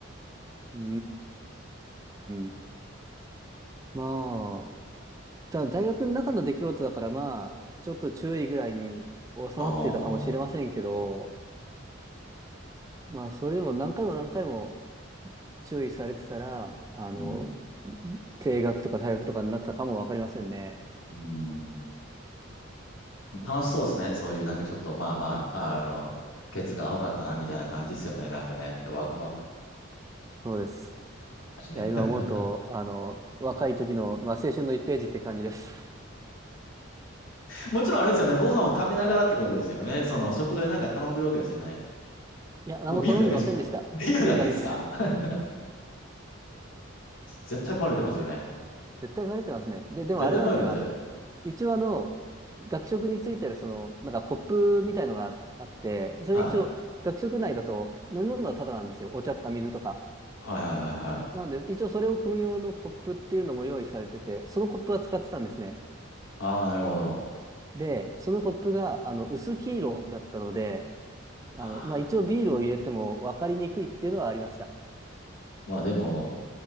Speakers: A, on the right; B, on the left.
A: うーん。まあ、ただ大学の中の出来事だから、まあ、ちょっと注意ぐらいに収まってたかもしれませんけど、
B: ああ、は
A: まあ、それでも何回も何回も注意されてたら、あの、
B: い。うん。
A: 停学とか退学とかになったかもわかりませんね。
B: うん。楽しそうですね。そういうなんかちょっとまあまあ、あの、ケツが青かったな、みたいな感じですよね。なんかね。わ、あ
A: そうです。
B: <laughs>
A: いや、今思うと、あの、若い時の、まあ、青春の1ページって感じです。
B: もちろんあれですよね。ご飯を食べながらってことですよね。その食堂でなんか頼んでるわけですよね。
A: いや、何も頼んでませんでした。
B: もうビールだけですか <laughs> ビールだけですか
A: ビールだけです。
B: <laughs> 絶対バレてますよね。
A: 絶対バレてますね。で、でもあれなんですよ。
B: 絶対バレてますよね。
A: あの、一応あの、学食についてるその、なんかコップみたいのがあって、それ一応、
B: はい。
A: 学食内だと飲み物はタダなんですよ。お茶とか水とか。
B: はいはいはいはい。
A: なので、一応それを汲む用のコップっていうのも用意されてて、そのコップは使ってたんですね。
B: ああ、なるほど。
A: で、そのコップが、あの、薄黄色だったので、あの、
B: あ
A: まあ一応ビールを入れても分かりにくいっていうのはありました。
B: ーまあでも、